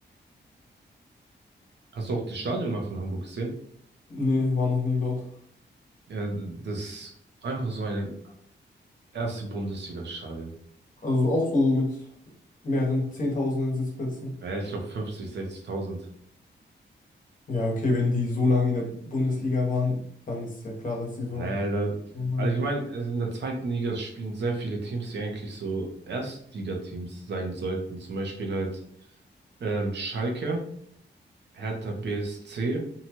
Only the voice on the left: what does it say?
Nee, war noch nie dort.
Also auch so mit mehreren Zehntausenden Sitzplätzen.
Ja, okay, wenn die so lange in der Bundesliga waren, dann ist ja klar, dass sie so
ein.
so